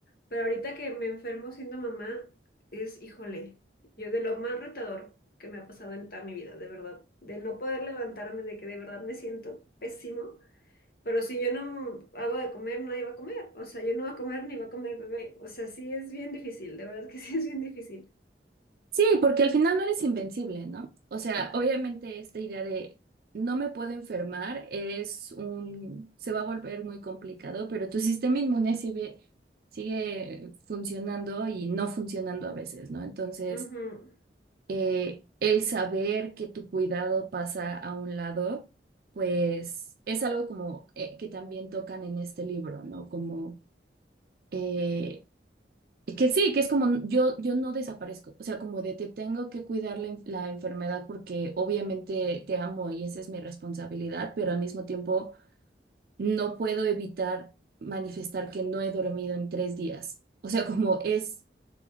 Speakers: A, on the left; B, on the right.
A: Pero ahorita que me enfermo siendo mamá, es, híjole, yo de lo más retador que me ha pasado en toda mi vida, de verdad, de no poder levantarme, de que de verdad me siento pésimo, pero si yo no hago de comer, nadie va a comer, o sea, yo no voy a comer ni va a comer el bebé, o sea, sí es bien difícil, de verdad que <laughs> sí es bien difícil.
B: Sí, porque al final no eres invencible, ¿no? O sea, obviamente esta idea de no me puedo enfermar es un, se va a volver muy complicado, pero tu sistema inmune sigue, sigue funcionando y no funcionando a veces, ¿no? Entonces,
A: Ujú,
B: eh, el saber que tu cuidado pasa a un lado, pues es algo como eh, que también tocan en este libro, ¿no? Como eh, que sí, que es como yo, yo no desaparezco, o sea, como de te tengo que cuidar la, en- la enfermedad porque obviamente te amo y esa es mi responsabilidad, pero al mismo tiempo no puedo evitar manifestar que no he dormido en tres días. O sea, como es